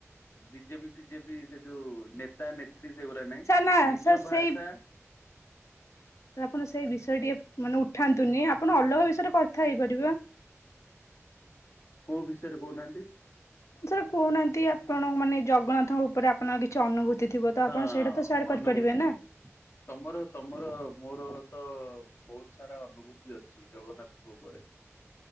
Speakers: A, on the left (about 50°); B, on the left (about 70°).
A: ବିଜେପି ଫିଜେପି ସେ ଯୋଉ ନେତା ନେତ୍ରୀ ସେଗୁରା ନାଇଁ।
B: ସାର୍ ନା
A: ନିଜ
B: ସାର୍
A: ଭାଷା।
B: ସେଇ ଆପଣ ସେଇ ବିଷୟ ଟିକେ ମାନେ ଉଠାନ୍ତୁନି ଆପଣ ଅଲଗା ବିଷୟରେ କଥା ହେଇପାରିବା।
A: କୋଉ ବିଷୟରେ କହୁନାହାନ୍ତି?
B: ସାର୍ କହୁନାହାନ୍ତି ଆପଣ ମାନେ ଜଗନ୍ନାଥଙ୍କ ଉପରେ ଆ ଆପଣଙ୍କ କିଛି ଅନୁଭୂତି ଥିବତ
A: ହଁ
B: ଆପଣ ସେଇଟାତ ସେୟାର
A: ଅନୁଭୂତି।
B: କରିପାରିବେନା?
A: ତମର ତମର ମୋରତ ବହୁତ୍ ସାରା ଅନୁଭୂତି ଅଛି। ଶ୍ରୀ ଜଗନ୍ନାଥଙ୍କ ଉପରେ।